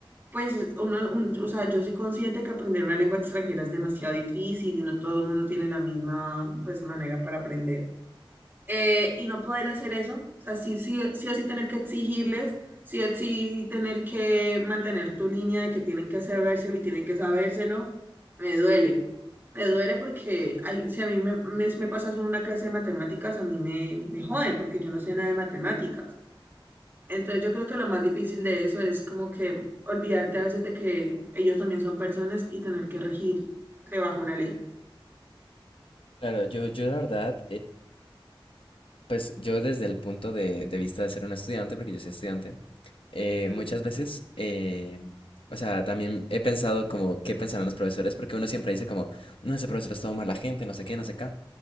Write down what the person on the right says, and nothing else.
Pues uno, un- o sea, yo soy consciente que aprender una lengua extranjera es demasiado difícil y no todo el mundo tiene la misma, pues, manera para aprender. Eh, y no poder hacer eso, o sea, sí, sí, sí o sí tener que exigirles, sí o sí tener que mantener tu línea de que tienen que sabérselo y tienen que sabérselo, me duele. Me duele porque hay- si a mí me, me, me pasa eso en una clase de matemáticas, a mí me, me joden porque yo no sé nada de matemáticas. Entonces yo creo que lo más difícil de eso es como que olvidarte a veces de que ellos también son personas y tener que regirte bajo una ley.
Ujú.